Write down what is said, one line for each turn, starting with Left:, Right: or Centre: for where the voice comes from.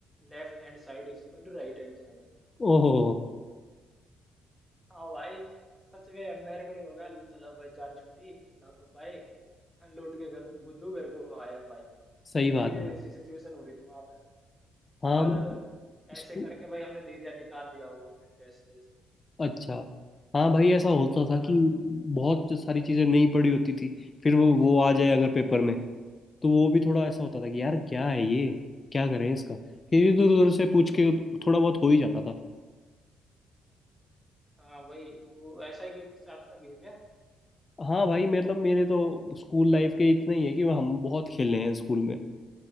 Centre: left hand side is equal to right hand side
Left: ओहो
Centre: हाँ भाई सच में मेरे को ही होगा चलो भाई जान छूटी लाखों पाए लौट के घर बुद्धू घर को आए भाई
Left: सही बात
Centre: मेरी
Left: है
Centre: ये
Left: भाई
Centre: सिचुएशन हो रही थी वहां पे
Left: हाँ
Centre: और
Left: मतलब
Centre: ऐसे करके भाई हमने दे दिया निकाल दिया वो फिर टेस्ट वेस्ट
Left: अच्छा हाँ भाई ऐसा होता था
Centre: हाँ
Left: कि बहुत जो सारी चीज़ें नहीं पड़ी होती थी फिर वो वो आ जाए अगर पेपर में तो वो भी थोड़ा ऐसा होता था कि यार क्या है ये क्या करें इसका फिर इधर उधर से पूछ के थोड़ा बहुत हो ही जाता था
Centre: हाँ वही तो ऐसा ही कोई किस्सा आपका भी है क्या
Left: हाँ भाई मतलब मेरे तो स्कूल लाइफ के इतना ही है कि हम बहुत खेले हैं स्कूल में